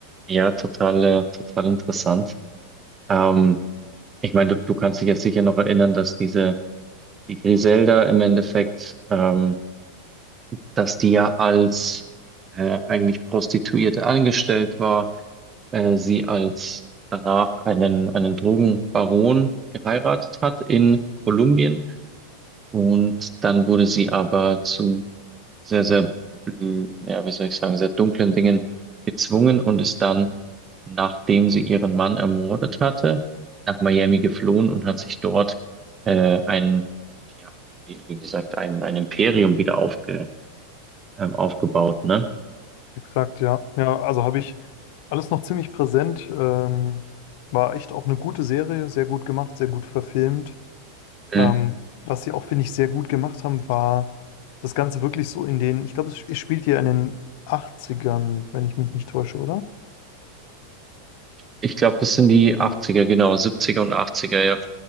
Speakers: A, on the right (about 25°); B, on the left (about 50°).
A: Ja, total, äh, total interessant. Ähm, ich meine, du, du kannst dich jetzt sicher noch erinnern, dass diese, die Griselda im Endeffekt, ähm, dass die ja als äh, eigentlich Prostituierte angestellt war, äh, sie als danach einen, einen Drogenbaron geheiratet hat in Kolumbien Und dann wurde sie aber zu sehr, sehr, mm, ja, wie soll ich sagen, sehr dunklen Dingen gezwungen und ist dann, nachdem sie ihren Mann ermordet hatte, nach Miami geflohen und hat sich dort äh, ein, ja, wie, wie gesagt, ein, ein Imperium wieder aufge, äh, aufgebaut, ne?
B: Exakt, ja. Ja, also habe ich alles noch ziemlich präsent. Ähm, war echt auch eine gute Serie, sehr gut gemacht, sehr gut verfilmt. Ähm,
A: Mm.
B: was sie auch, finde ich, sehr gut gemacht haben, war das Ganze wirklich so in den, ich glaube, es, es spielt ja in den Achtzigern, wenn ich mich nicht täusche, oder?
A: Ich glaube, das sind die 80er, genau, 70er und 80er, ja.